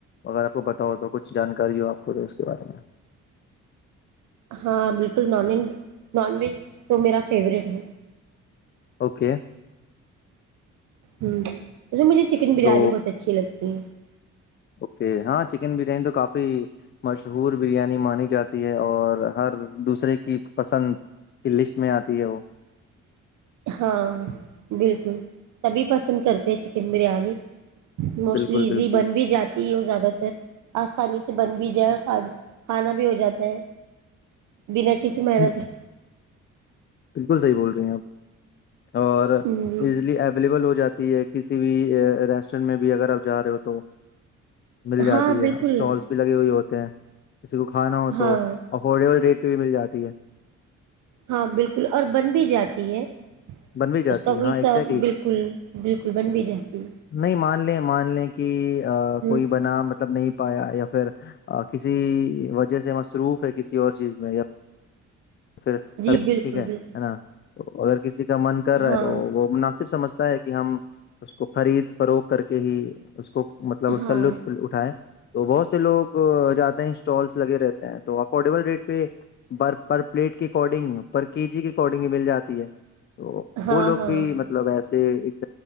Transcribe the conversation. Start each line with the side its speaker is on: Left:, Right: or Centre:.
Left: اگر آپ کو پتا ہو تو کچھ جانکاری ہو آپ کو جو اس کے بارے میں <unintelligible>
Right: ہاں بالکل نان و نان ویج تو میرا فیوریٹ ہے
Left: اوکے <unintelligible>
Right: ہوں <unintelligible> س مجھے چکن بریانی
Left: تو
Right: بہت اچھی لگتی ہے <unintelligible>
Left: اوکے ہاں چکن بریانی تو کافی مشہور بریانی مانی جاتی ہے اور ہر دوسرے کی پسند کی لسٹ میں آتی ہے وہ <unintelligible>
Right: ہاں بالکل سبھی پسند کرتے ہیں چکن بریانی <unintelligible> موسٹلی
Left: بالکل
Right: ایزی
Left: بالکل
Right: بن بھی جاتی ہو زیادہ تر آسانی سے <unintelligible> بن بھی جائے کھانا بھی ہو جاتا ہے بنا کسی محنت
Left: ہم،
Right: <unintelligible>
Left: بالکل صحیح بول رہے ہیں آپ اور
Right: جی
Left: ایزلی اویلیبل ہو جاتا <unintelligible> ہے کسی بھی ریسٹورینٹ میں بھی اگر آپ جا رہے ہو تو <unintelligible> مل جاتی
Right: ہاں
Left: ہے
Right: بالکل
Left: اسٹالس بھی لگے ہوئے ہوتے ہیں تو <unintelligible> کسی کو کھانا ہو
Right: ہاں
Left: تو افورڈیبل ریٹ بھی مل جاتی ہے <unintelligible>
Right: ہاں بالکل اور بن بھی جاتی ہے
Left: بن بھی جاتی
Right: اس کا
Left: ہے
Right: کوئیسہ
Left: ہاں ایگزیکٹلی
Right: بالکل بالکل بن بھی جاتی
Left: نہیں مان لیں مان لیں کہ
Right: ہے
Left: کوئی
Right: ہ
Left: بنا مطلب نہیں <unintelligible> پایا یا پھر کسی وجہ سے مصروف ہے کسی اور چیز میں یا <unintelligible> پھر
Right: جی
Left: تل ٹھیک
Right: بالکل
Left: ہے
Right: بالکل
Left: ن <unintelligible> تو اگر <unintelligible> کسی کا من کر رہا
Right: ہاں
Left: ہے تو وہ مناسب سمجھتا ہے کہ ہم اس کو خرید فروخ کر کے ہی اس کو <unintelligible> کو مطلب اس
Right: ہاں
Left: کا لطف اٹھائے تو بہت سے لوگ جاتے ہیں <unintelligible> اسٹالس لگے رہتے ہیں تو افورڈیبل ریٹ پہ برف <unintelligible> پر پلیٹ کے اکارڈنگ پر کے جی کے اکارڈنگ ہی مل جاتی ہے <unintelligible> تو
Right: ہاں
Left: وہ لوگ
Right: ہاں
Left: بھی مطلب ایسا <unintelligible> ج <unintelligible>